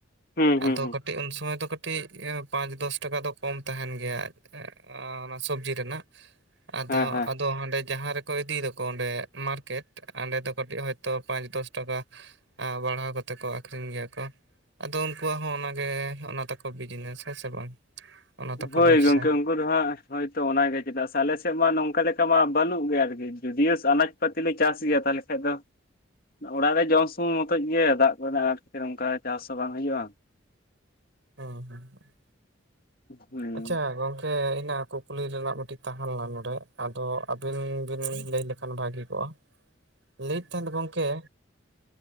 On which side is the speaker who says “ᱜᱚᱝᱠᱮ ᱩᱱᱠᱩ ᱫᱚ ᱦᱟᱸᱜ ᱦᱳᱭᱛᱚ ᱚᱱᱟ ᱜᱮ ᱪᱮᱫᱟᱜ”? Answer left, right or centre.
Left